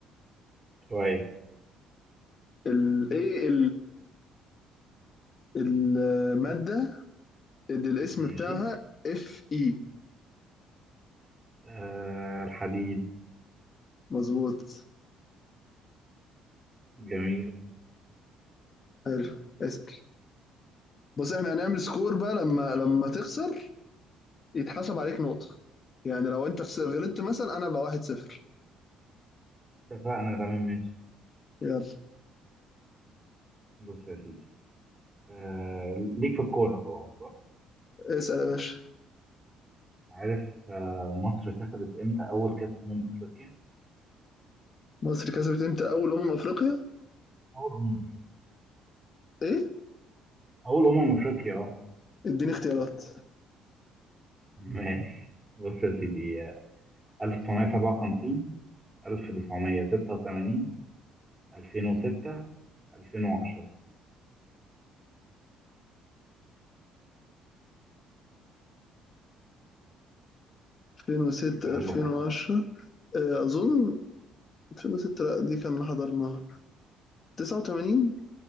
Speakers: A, on the right; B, on the left.
A: شويه
B: الايه الماده اللي الاسم
A: ماشي
B: بتاعها اف اي
A: آه الحديد
B: مظبوط
A: جميل
B: حلو اسال بص احنا هنعمل سكور بقى لما لما تخسر يتحسب عليك نقطة يعني لو انت خس- غلطت مثلا انا بقى 1-0
A: اتفقنا تمام ماشي
B: يلا
A: بص يا سيدي آه ليك في الكورة طبعا صح؟
B: اسأل يا باشا
A: عارف آه مصر كسبت امتى أول كأس أمم أفريقيا؟
B: مصر كسبت امتى اول امم افريقيا
A: أول أمم أفريقيا
B: ايه
A: أول أمم أفريقيا اه
B: اديني اختيارات
A: ماشي بص يا سيدي آه، 1957 1986 2006 2010
B: 2006
A: سهل
B: 2010
A: أهو.
B: اه، اظن 2006 لا دي كان حضرناها 89